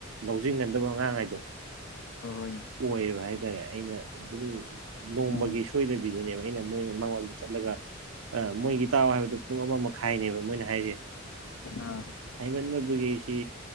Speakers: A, on the right; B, on the left.
A: ꯂꯧꯁꯤꯟꯒꯟꯗꯕ ꯑꯉꯥꯡ ꯍꯥꯏꯗꯣ
B: ꯍꯣꯏ ꯍꯣꯏꯅꯦ
A: ꯑꯣꯏꯌꯦꯕ ꯍꯥꯏ ꯇꯔꯦ ꯑꯩꯅ ꯑꯗꯨꯝ ꯅꯣꯡꯃꯒꯤ
B: ꯎꯝ
A: ꯁꯣꯏꯗꯕꯤꯗꯨꯅꯦꯕ ꯑꯩꯅ ꯃꯣꯏ ꯃꯉꯣꯟꯗ ꯆꯠꯂꯒ ꯑ ꯃꯣꯏꯒꯤ ꯇꯥꯛꯑꯣ ꯍꯥꯏꯕꯗꯣ ꯄꯨꯡ ꯑꯃ ꯃꯈꯥꯏꯅꯦꯕ ꯃꯣꯏꯅ ꯍꯥꯏꯁꯦ
B: ꯑꯥ
A: ꯍꯩꯃꯟꯗꯕꯒꯤꯁꯤ